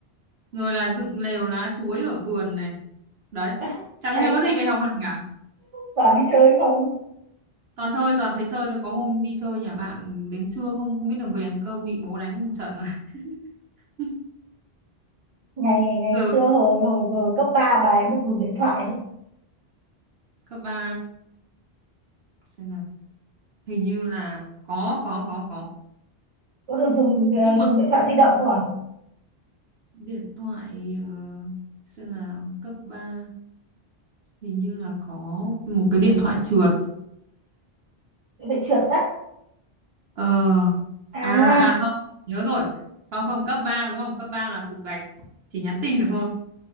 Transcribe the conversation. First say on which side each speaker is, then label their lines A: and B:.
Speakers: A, on the right; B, on the right.
A: rồi là dựng lều lá chuối ở vườn này đấy
B: <laughs>
A: chẳng
B: ấy
A: nhớ
B: phép
A: gì về học hành cả
B: toàn đi chơi không
A: toàn chơi toàn thấy chơi thôi có hôm đi chơi nhà bạn đến trưa không không biết đường về ăn cơm bị bố đánh một trận mà <laughs>
B: ngày ngày
A: giờ
B: xưa hồi hồi hồi cấp 3 bà ấy được dùng điện thoại chứ
A: cấp ba xem nào hình như là có có có có
B: có được dùng ờ,
A: nhưng
B: dùng
A: mà
B: điện thoại di động của
A: điện thoại ờ, xem nào cấp 3 hình như là có một cái điện thoại trượt
B: phải trượt tắt
A: Ờ.
B: à
A: À à không, nhớ rồi. Không không, cấp 3 đúng không? Cấp 3 là cục gạch, chỉ nhắn tin được thôi.